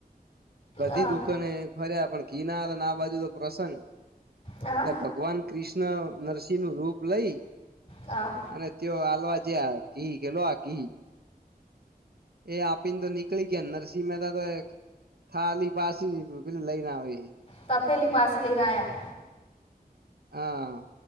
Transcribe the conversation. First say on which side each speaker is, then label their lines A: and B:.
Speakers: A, on the right; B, on the left.
A: બધી
B: હા
A: દુકાને ફર્યા પણ ઘી ના આ બાજુ તો પ્રસંગ એટલે
B: હા
A: ભગ ભગવાન કૃષ્ણ નરસિંહ નું રૂપ લઈ
B: આ
A: અને તેઓ આલવા જયાં ઘી કે આલો ઘી એ આપી ને તો નીકળી ગયા નરસિંહ મહેતા તો એક થાલી પાછી પીને લઈ ના આવી એ.
B: તપેલી પાસે લઈને આયા
A: હા.